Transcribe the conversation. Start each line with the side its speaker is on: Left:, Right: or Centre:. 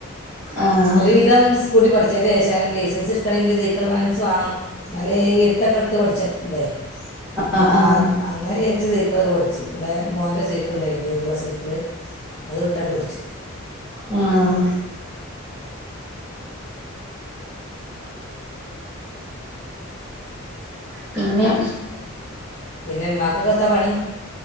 Centre: ആഹ്
Left: ഒരുവിധം സു.. സ്കൂട്ടി പഠിച്ചതിൻ്റെ ശേഷം ലൈസൻസ് എടുക്കണമെങ്കിൽ സൈക്കിൾ ബാലൻസ് വേണം ന്നലെ ഇ.. എടുത്ത് പഠിച്ച്ട്ട്ണ്ടെ
Centre: ആഹ്
Left: അപ
Centre: ആഹ്
Left: ആ.. അങ്ങനെ വിചാരിച്ച് സൈക്കിളെക്കെ പഠിച്ച് ഇവിടെ മോൻ്റെ സൈക്കിള് ഉണ്ടായി ഗീർള്ള സൈക്കിള്.. അത് ഇടത്താണ്ട് പഠിച്ചു..
Centre: ആഹ.. പിന്നെ..
Left: പിന്നെ മ്മാക് ഒക്കെ എത്ത പണി..